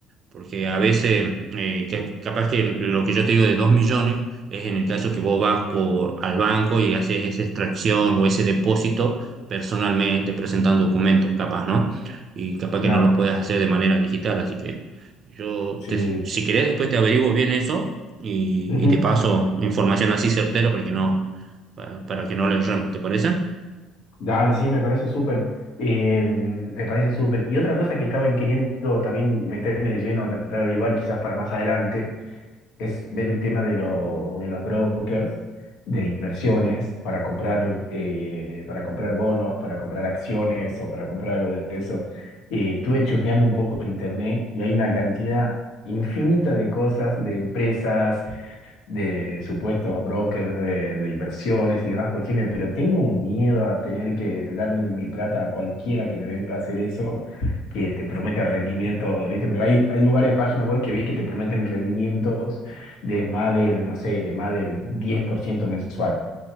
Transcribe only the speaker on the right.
Porque a veces, eh, que- capaz que lo que yo te digo de dos millones es en el caso que vos vas por, al banco y haces esa extracción o ese depósito personalmente, presentando documentos, capaz, ¿no? Y capaz
que no lo puedes hacer de manera digital. Así que yo,
te- si querés, después te averiguo bien eso y,
y te paso información así certera para que no, para, para que no le erremos, ¿te parece?